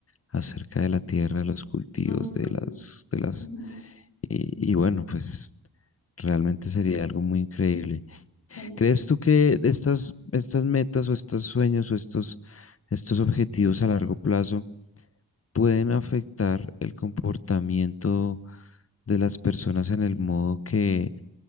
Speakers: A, on the left; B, on the left.
A: acerca de la tierra, de los cultivos,
B: Ujú,
A: de las, de las,
B: ujú,
A: y, y bueno, pues realmente sería algo muy increíble.
B: Sí.
A: ¿Crees tú que estas, estas metas o estos sueños o estos, estos objetivos a largo plazo pueden afectar el comportamiento de las personas en el modo que